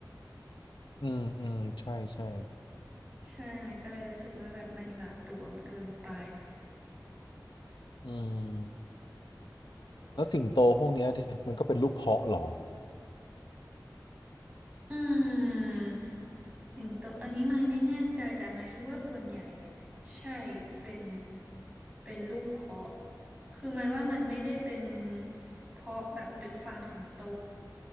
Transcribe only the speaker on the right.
<laughs> ใช่ไหมก็เลยรู้สึกว่าแบบมันหละหลวมเกินไป
อืมสิงโตอันนี้ไมายไม่แน่ใจแต่ไม่ยคิดว่าส่วนใหญ่ใช่เป็นเป็นลูกเพาะคือหมายว่ามันไม่ได้เป็นเพาะแบบเป็นฟาร์มสิงโต